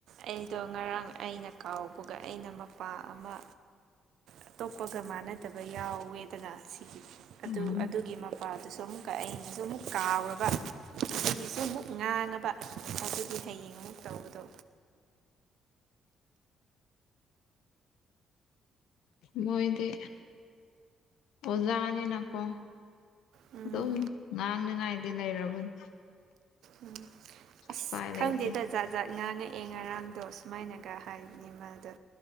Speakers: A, on the right; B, on the left.
A: ꯑꯩꯗꯣ ꯉꯔꯥꯡ ꯑꯩꯅ ꯀꯥꯎꯕꯒ ꯑꯩꯅ ꯃꯄꯥ ꯑꯃ ꯑꯇꯣꯞꯄꯒ ꯃꯥꯟꯅꯗꯕ ꯌꯥꯎꯋꯦꯗꯅ ꯁꯤꯒꯤ ꯑꯗꯨ
B: ꯎꯝ
A: ꯑꯗꯨꯒꯤ ꯃꯄꯥ ꯃꯄꯥꯗꯨꯁꯨ ꯑꯃꯨꯛꯀ ꯑꯩꯅꯖꯨ ꯑꯃꯨꯛ ꯀꯥꯎꯔꯕ ꯑꯗꯨꯒꯤꯁꯨ ꯑꯃꯨꯛ ꯉꯥꯡꯉꯕ ꯑꯗꯨꯒꯤ ꯍꯌꯦꯡ ꯑꯃꯨꯛ ꯇꯧꯕꯗꯣ
B: ꯃꯣꯏꯗꯤ ꯑꯣꯖꯥꯅꯤꯅꯀꯣ
A: ꯎꯝ
B: ꯑꯗꯨꯝ ꯉꯥꯡꯅꯤꯡꯉꯥꯏꯗꯤ ꯂꯩꯔꯕꯅꯤ
A: ꯎꯝ ꯑꯁ
B: ꯎꯄꯥꯏ
A: ꯈꯪꯗꯦꯗ
B: ꯂꯩꯇꯦ
A: ꯖꯥꯠ ꯖꯥꯠ ꯉꯥꯡꯉꯛꯑꯦ ꯉꯔꯥꯡꯗꯣ ꯁꯨꯃꯥꯏꯅꯒ ꯍꯥꯏꯕꯅꯤ ꯃꯥꯗꯣ